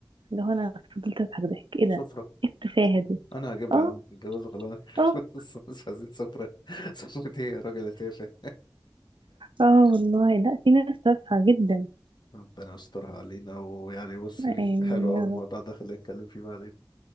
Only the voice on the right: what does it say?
اللي هو أنا فضلت أضحك ضحك إيه
ده إيه التفاهة دي
اه
اه
اه والله لا في ناس تافهة جدا
آمين
يا
رب